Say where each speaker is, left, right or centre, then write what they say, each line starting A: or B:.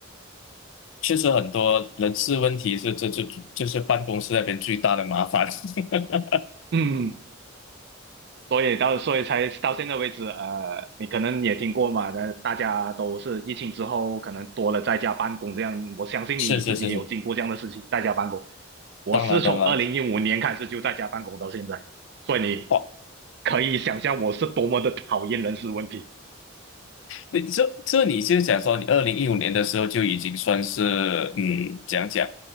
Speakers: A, on the left; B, on the right.
A: 确实很多人事问题是这这就是办公室那边最大的麻烦。<laughs>
B: 嗯嗯所以到所以才到现在为止，呃，你可能也听过嘛，呃，大家都是疫情之后可能多了在家办公这样，我相信你自己也有经过这样的事情，
A: 是是是是，
B: 在家办公。我是从二零一五年开始就在家办公到现在，
A: 当然当然。
B: 所以你
A: 哇，
B: 可以想象我是多么的讨厌人事问题。
A: 你这这你是讲说你二零一五年的时候就已经算是嗯，怎样讲，